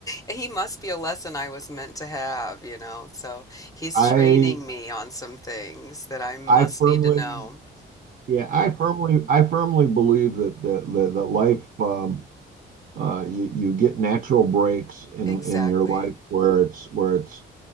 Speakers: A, on the left (about 15°); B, on the right (about 50°).
A: he must be a lesson I was meant to have, you know. So he's
B: I
A: training me on some things that I must
B: I firmly
A: need to know.
B: yeah I firmly I firmly believe that that that, that life um, Uh, you you get natural breaks in
A: Exactly.
B: in your life where it's where it's